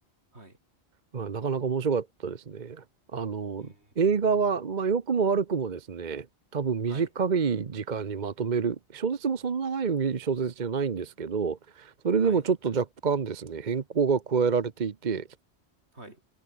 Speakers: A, on the right; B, on the right.
A: はい。
B: まあ、なかなか面白かったですね。あの、
A: うん。
B: 映画は、
A: うん
B: まあ、良くも悪くもですね、多分短い時間にまとめる、
A: はい。
B: 小説もそんな長い小説じゃないんですけど、それでもちょっと若干ですね、
A: はい。
B: 変更が加えられていて、
A: はい。う